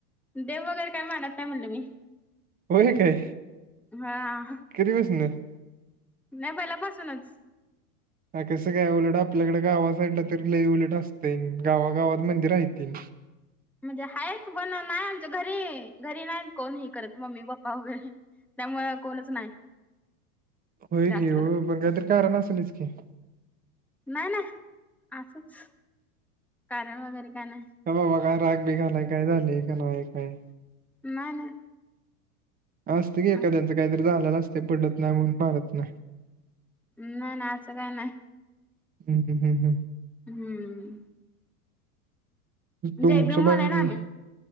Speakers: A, in the centre; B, on the right (about 20°).
A: देव वगैरे काय मानत नाही म्हणलं मी.
B: होय काय?
A: हा.
B: कधी पासनं?
A: नाही, पहिल्यापासूनच.
B: हा, कसं काय? उलट आपल्याकडं गावासाइडला तर लई उलट असतंय, गावागावात मंदिरं हाइतीन.
A: म्हणजे आहेत, पण नाही, आमच्या घरी घरी नाहीत कोण हे करत मम्मी पप्पा वगैरे. त्यामुळं कोणच नाही.
B: होय
A: जास्त
B: की ओ, पण काहीतरी कारण असलंच की.
A: नाही नाही, असंच कारण वगैरे काय ना
B: हेबा बघा, राग बीग आलाय, काय झालंय का नाही. काय
A: नाही नाही.
B: असतंय की, एखाद्याचं
A: असं
B: काहीतरी झाल्याल असतंय, पटत नाही म्हणून मारत नाही.
A: नाही नाही, असं काही नाही.
B: हम् हम् हम् हम.
A: हम्म.
B: तुमचं
A: जय भीम
B: बघा
A: वाले ना
B: की,
A: आम्ही